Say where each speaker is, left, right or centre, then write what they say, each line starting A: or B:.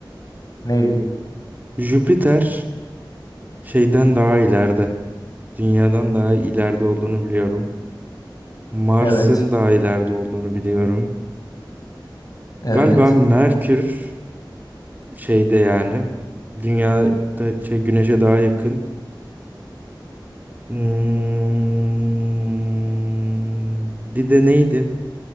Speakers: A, on the left; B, on the right.
A: ne diyeyim?
B: Jüpiter şeyden daha ileride. Dünyadan daha ileride olduğunu biliyorum. Mars'ın
A: Evet,
B: daha ileride olduğunu biliyorum.
A: evet.
B: Galiba Merkür şeyde yani. Dünyada şey Güneş'e daha yakın. Hmm, bir de neydi?